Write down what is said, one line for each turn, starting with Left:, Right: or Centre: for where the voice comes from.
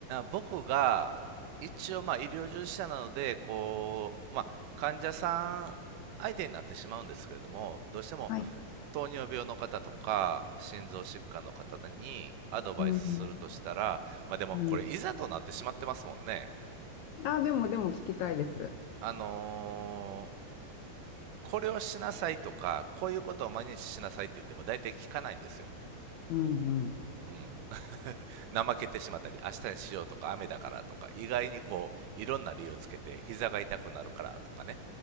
Right: 僕が、一応まあ医療従事者なので、こう、まあ患者さん相手になってしまうんですけれども、どうしても
Left: はい。
Right: 糖尿病の方とか、心臓疾患の方にアドバイスするとしたら、
Left: うん。
Right: まあでもこれいざとなってしまってますもんね。
Left: うん。あ、でも、でも聞きたいです。
Right: あのこれをしなさいとか、こういうことを毎日しなさいって言っても大体聞かないんですよ。
Left: うん、うん。
Right: うん。<laughs> 怠けてしまったり、明日にしようとか、雨だからとか、意外にこう、いろんな理由つけて、膝が痛くなるからとかね。